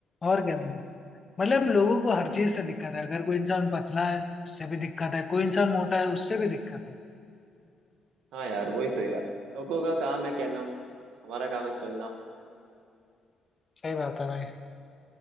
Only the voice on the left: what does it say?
और क्या है? मतलब लोगों को हर चीज से दिक्कत है अगर कोई इंसान पतला है उससे भी दिक्कत है कोई इंसान मोटा है उससे भी दिक्कत है
सही बात है भाई